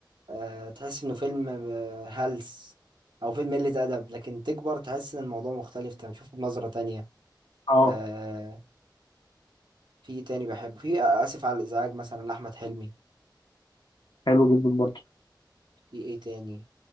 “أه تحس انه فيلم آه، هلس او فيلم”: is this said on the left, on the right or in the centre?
Right